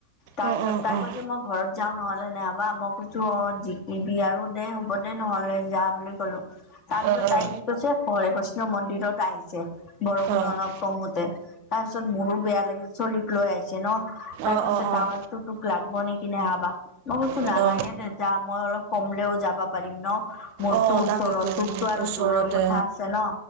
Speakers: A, on the left; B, on the right.
A: তাৰপিছত
B: উম, উম,
A: তাই
B: উম,
A: কৈছে মোক ঘৰত যাওঁ নহলে নেহবা মই কেছো অ জিকিবি আৰু দেই হ'ব দেই নহলে যা বুলি কলো তাৰপিছত
B: অ', অ',
A: তাই কি কৈছে হৰে কৃষ্ণ মন্দিৰত আহিছে বৰষুণ
B: অ',
A: অলপ কমোতে তাৰপিছত মোৰো বেয়া লাগিল চলি লৈ আহিছে ন তাই
B: অ',
A: কৈছে
B: অ',
A: টাৱালতো
B: অ'।
A: তোক লাগব নেকি নেহা বা মই কৈছো
B: অ',
A: নালাগে দে যা মই অলপ কমলেও যাব পাৰিম ন মোৰতো
B: অ',
A: ওচৰত
B: তাকেতো
A: তোকতো আৰু
B: ওচৰতে
A: দূৰৰ কথা আছে ন